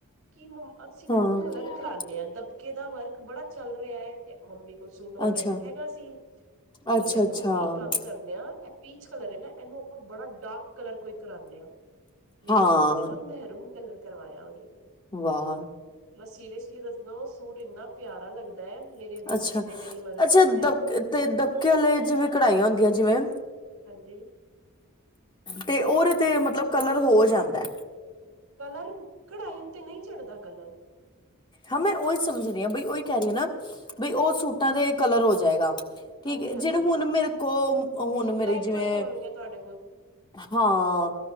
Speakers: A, on the right (about 75°); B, on the left (about 20°).
A: ਕਿ ਅਸੀਂ ਨਾ
B: ਹਾਂ
A: ਨੂੰ ਕਲਰ ਕਰਾਂਨੇ ਆ, ਦਬਕੇ ਦਾ ਵਰਕ ਬੜਾ ਚੱਲ ਰਿਹਾ ਏ ਤੇ ਮੰਮੀ ਕੋਲ ਸੂਟ ਔਲਰੈਡੀ
B: ਅੱਛਾ
A: ਹੈਗਾ ਸੀ, ਤੇ
B: ਅੱਛਾ
A: ਮੈਂ ਕਿਹਾ
B: ਅੱਛਾ
A: ਮੰਮੀ ਇੱਕ ਕੰਮ ਕਰਦੇ ਆਂ, ਇਹ ਪੀਚ ਕਲਰ ਏ ਨਾ, ਇਹਨੂੰ ਆਪਾਂ ਬੜਾ ਡਾਰਕ ਕਲਰ ਕੋਈ ਕਰਾਨੇ ਆਂ। ਮੇਰੀ
B: ਹਾਂ,
A: ਮੰਮਾ ਨੇ ਨਾ ਮਹਿਰੂਨ ਕਲਰ ਕਰਵਾਇਆ ਓਦੇ ਉੱਪਰ।
B: ਵਾਓ।
A: ਮੈਂ ਸੀਰੀਅਸਲੀ ਦੱਸ ਦਾ ਉਹ ਸੂਟ ਇੰਨਾ ਪਿਆਰਾ ਲੱਗ ਦਾ, ਮੇਰੇ ਰੋਕੇ
B: ਅੱਛਾ,
A: ਤੇ ਮੇਰੀ ਮਦਰ
B: ਅੱਛਾ
A: ਨੇ ਪਾਇਆ
B: ਦਬ
A: ਦਾ।
B: ਤੇ ਦਬਕੇ ਆਲੇ ਜਿਵੇਂ ਕਢਾਈਆਂ ਹੁੰਦੀਆਂ ਜਿਵੇਂ
A: ਹਾਂਜੀ!
B: ਤੇ ਓਰੇ ਤੇ ਮਤਲਬ ਕਲਰ ਹੋ ਜਾਂਦਾ।
A: ਕਲਰ, ਕਢਾਈ ਉੱਤੇ ਨਹੀਂ ਚੜ੍ਹਦਾ ਕਲਰ।
B: ਹਾਂ ਮੈਂ ਓਹੀ ਸਮਝਦੀ ਹਾਂ ਬਈ ਓਹੀ ਕਹਿ ਰਹੀ ਆਂ ਨਾ, ਬਈ ਉਹ ਸੂਟਾਂ ਦੇ ਕਲਰ ਹੋ ਜਾਏਗਾ। ਠੀਕ
A: ਹਾਂਜੀ
B: ਏ, ਜਿਹੜੇ
A: ਹਾਂਜੀ
B: ਹੁਣ ਮੇਰੇ ਕੋ, ਹੁਣ
A: ਟਿਊਬ
B: ਮੇਰੇ
A: ਲਾਈਟ
B: ਜਿਵੇਂ
A: ਵਾਲੇ ਹੋਣਗੇ ਤੁਹਾਡੇ ਕੋਲ
B: ਹਾਂ,